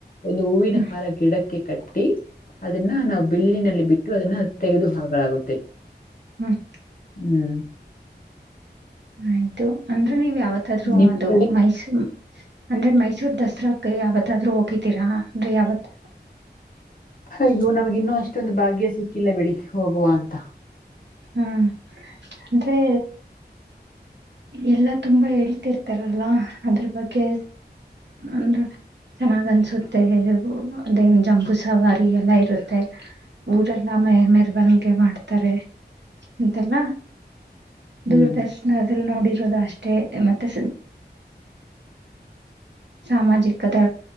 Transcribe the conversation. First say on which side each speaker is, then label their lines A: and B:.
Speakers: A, on the left; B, on the right.
A: ಒಂದು ಹೂವಿನ
B: ಹ್ಮ್
A: ಹಾರ ಗಿಡಕ್ಕೆ ಕಿ ಕಟ್ಟಿ ಅದನ್ನ ನಾವು ಬಿಲ್ಲಿನಲ್ಲಿ ಬಿಟ್ಟು ಅದನ್ನ ತೆಗೆದುಹಾಲಾಗುತ್ತೆ
B: ಹ್ಮ್
A: ಹ್ಮ್
B: ಆಯ್ತು ಅಂದ್ರೆ ನೀವ್ ಯಾವ ಇವತ್ತಾದ್ರು
A: ನಿಮ್
B: ಅದು
A: ಕಡೆ
B: ಮೈಸೂರು ಅಂದ್ರೆ ಮೈಸೂರ್ ದಸರಾಗ ಯಾವತ್ತಾದ್ರು ಹೋಗಿತೀರಾ ಅಂದ್ರೆ ಯಾವತ್
A: ಅಯ್ಯವು ನಮಗಿ ಇನ್ನೂ ಅಷ್ಟೊಂದು ಭಾಗ್ಯ ಸಿಕ್ಕಿಲ್ಲ ಬಿಡಿ ಹೋಗುವ ಅಂತ
B: ಹ್ಮ ಅಂದ್ರೆ ಎಲ್ಲಾ ತುಂಬಾ ಹೇಳ್ತಿರ್ತಾರಲ್ಲ ಅದ್ರ ಬಗ್ಗೆ ಅಂದ್ರ ಚೆನ್ನಾಗ್ ಅನ್ಸುತ್ತೆ ಅದೇನ್ ಜಂಬೂ ಸವಾರಿ ಎಲ್ಲಾ ಇರುತ್ತೆ ಊರೆಲ್ಲಾ ಮ ಮೆರವಣಿಗೆ ಮಾಡ್ತಾರೆ ಅಂತೆಲ್ಲ
A: ಹ್ಮ್
B: ದೂರದರ್ಶನ ನೋಡಿರೋದು ಅಷ್ಟೇ ಮತ್ತೆ ಸಾಮಾಜಿಕ ದ